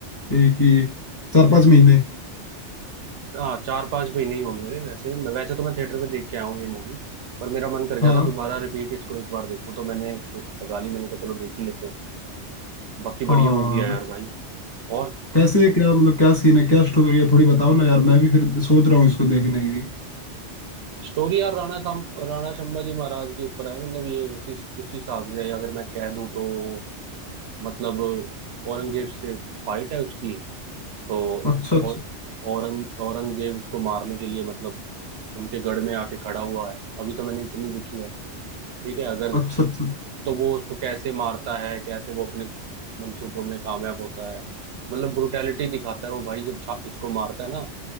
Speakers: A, on the left; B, on the right.
A: ये कि चार पांच महीने
B: हाँ चार पांच महीने ही होंगे वैसे मैं वैसे तो मैं थिएटर पे देख के आया हूँ ये मूवी पर मेरा मन कर गया
A: हाँ
B: था दोबारा रिपीट इसको एक बार देखूँ तो मैंने फु- लगा ली मैंने कहा चलो देख ही लेते हैं बाकी बढ़िया
A: हाँ
B: मूवी है यार भाई और
A: कैसे क्या मतलब क्या सीन है क्या स्टोरी है थोड़ी बताओ ना यार मैं भी फिर सोच रहा हूँ इसको देखने की
B: स्टोरी यार राणा साम राणा शंबा जी महाराज के ऊपर है मतलब ये उसी उसी हिसाब से है अगर मैं कह दूँ तो मतलब औरंगजेब से फाइट है उसकी तो
A: अच्छा अच्छा
B: और औरंग औरंगजेब उसको मारने के लिए मतलब उनके गढ़ में आके खड़ा हुआ है अभी तो मैंने इतनी देखी है ठीक है अगर
A: अच्छा अच्छा
B: तो वो उसको कैसे मारता है कैसे वो अपने मंसूबों में कामयाब होता है मतलब ब्रुटैलिटी दिखाता है वो भाई जब छा, इसको मारता है ना